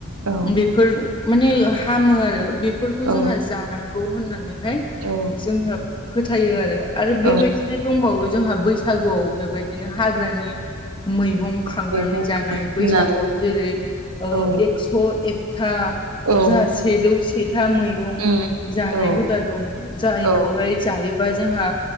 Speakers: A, on the right; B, on the left.
A: औ
B: बेफोर मान हामो आरो फोरफोरखौ
A: औ
B: जोंहा जानांगौ होननानैहाय
A: औ
B: जोङो फोथायो आरो आरो बेबायदिनो
A: औ
B: दंबावो जोंहा बैसागुआव बेबायदिनो हाग्रानि मैगं खांनानै
A: मैगं
B: जानाय
A: फाननानै
B: बैसागुआव जेरै ओ
A: औ
B: एक्स' ए था
A: औ
B: जाहा सेजौ सेथा मैगं
A: उम
B: जानाय
A: औ
B: हुदा दं जारैखौहाय
A: औ
B: जायोबा जोंहा